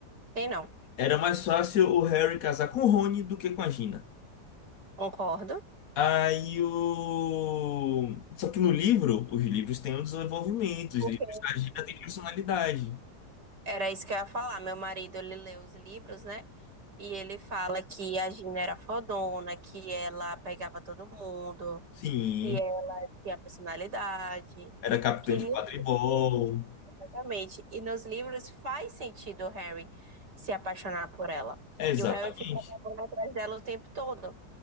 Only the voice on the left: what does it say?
Era mais fácil o Harry casar com o Rony do que com a Gina.
Aí o. Só que no livro, os livros têm um desenvolvimento, os
livros da Gina têm personalidade.
Sim.
Era capitão
de
quadribol.
É, exatamente.